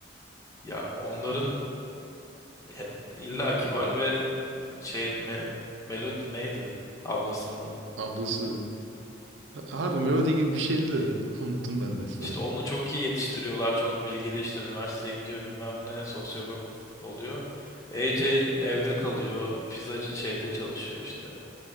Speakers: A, on the left; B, on the right.
A: Ya onların he- illaki var ve şeydi me, Melody neydi? Ablasının adı.
B: Ablası Harbi Melody gibi bir şeydi de <laughs> unuttum ben de ismini.
A: İşte onu çok iyi yetiştiriyorlar. Çok bilgili işte üniversiteye gidiyor bilmem ne sosyolog oluyor. AJ evde kalıyor. Pizzacı şeyde çalışıyor işte.